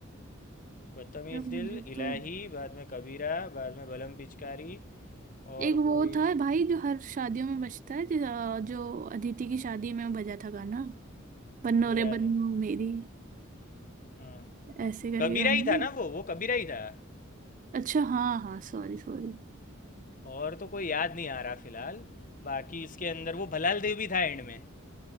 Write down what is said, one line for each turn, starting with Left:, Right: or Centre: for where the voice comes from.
Left: बदतमीज
Right: यार मुझे
Left: दिल इलाही
Right: तो
Left: बाद में कबीरा बाद में बलम पिचकारी और
Right: एक वो
Left: कोई
Right: था भाई जो हर शादियों में बजता है जो जो अदिति की शादी में बजा था गाना बन्नो
Left: वो याद
Right: रे बन्नो
Left: नहीं
Right: मेरी
Left: हाँ
Right: ऐसे करके
Left: कबीरा
Right: गाना
Left: ही
Right: है
Left: था
Right: ना
Left: ना वो वो कबीरा ही था
Right: अच्छा हाँ हाँ सॉरी सॉरी
Left: और तो कोई याद नहीं आ रहा फिलहाल बाकी इसके अंदर वो भलाल देव भी था एंड में